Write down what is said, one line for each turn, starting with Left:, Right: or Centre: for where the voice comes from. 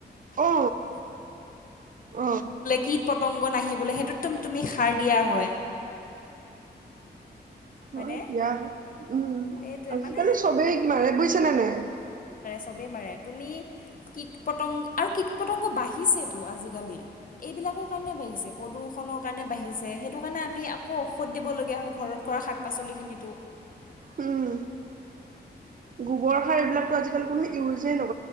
Right: অ অ
Left: স পটংগ নাহিব বোলে সেইটো ম তুমি সাৰ দিয়া হয় হয়নে
Right: অ ইয় উম
Left: সেইটোৱে
Right: আজিকালি
Left: মানে
Right: চবেই কি মাৰে বুজছে নে নাই
Left: চবে মাৰে তুমি কী পতংগ আৰু কীট পতংগ বাঢ়িছেতো আজিকালি এইবিলাকৰ কাৰণে বাঢ়িছে প্ৰদূষণৰ কাৰণে বাঢ়িছে সেইটো কাৰণে আমি আকৌ ঔষধ দিবলগীয়া হয় ঘৰত কৰা শাক পাচলিখিনিতো
Right: উম গোবৰ সাৰ এইবিলাকো আজিকাল কোনো ইউজে নহয়